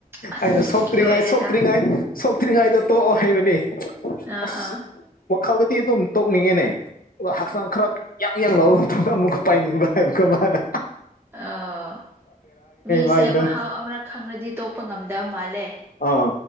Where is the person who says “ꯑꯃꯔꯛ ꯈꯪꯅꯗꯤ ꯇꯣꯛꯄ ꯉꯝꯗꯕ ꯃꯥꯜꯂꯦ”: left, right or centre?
Right